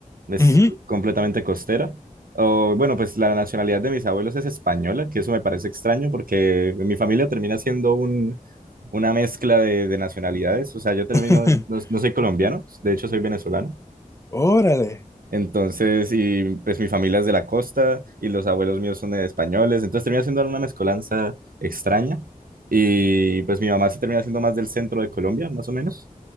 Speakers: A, on the right; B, on the left.
A: es
B: Ujú.
A: completamente costera. O, bueno, pues la nacionalidad de mis abuelos es española, que eso me parece extraño porque mi familia termina siendo un, una mezcla de, de nacionalidades. O sea, yo termino,
B: <laughs>
A: no, no soy colombiano, de hecho soy venezolano.
B: Órale.
A: Entonces, y pues mi familia es de la costa y los abuelos míos son eh, españoles, entonces termina siendo una mezcolanza extraña. Y pues mi mamá se termina siendo más del centro de Colombia, más o menos,